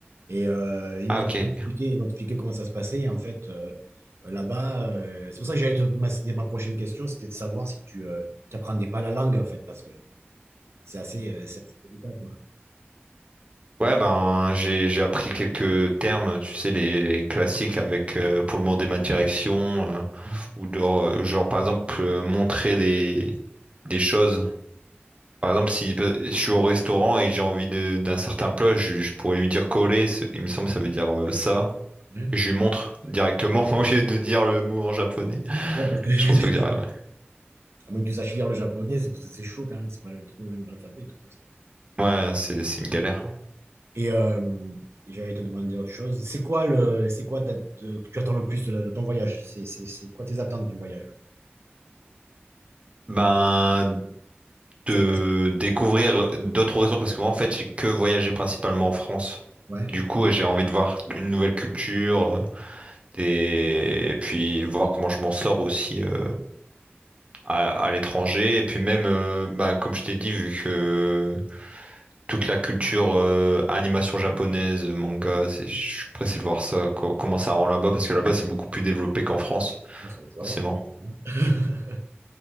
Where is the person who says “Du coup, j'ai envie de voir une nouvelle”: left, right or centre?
Right